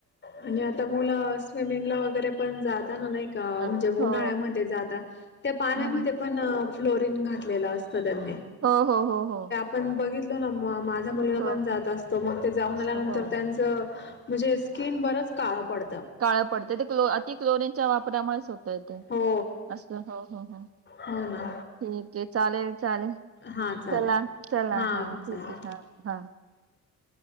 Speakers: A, on the left; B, on the right.
A: आणि आता मुलं स्विमिंगला वगैरे पण जाता ना नाही का
B: जातात.
A: म्हणजे
B: हो
A: उन्हाळ्यामध्ये जातात त्या पाण्यामध्ये
B: हम्म
A: पण फ्लोरन घातलेलं असतं त्यांनी.
B: हो हो हो हो.
A: पण बघितल ना मग माझ माझा मुलगा
B: हो.
A: पण जात असतो मग ते जाऊन
B: असत
A: आल्यानंतर
B: हो
A: त्यांच म्हणजे अस बराच काळ पडत.
B: काळ पडतं ते क्लो अति क्लोरीनच्या वापरामुळेच होत. य
A: हो
B: असं हं हं
A: हो ना
B: ठीक आहे चालेलं चालेलं.
A: हां चालेल
B: चला चला
A: हां
B: हा ठीक
A: चालेल
B: ये हा हा.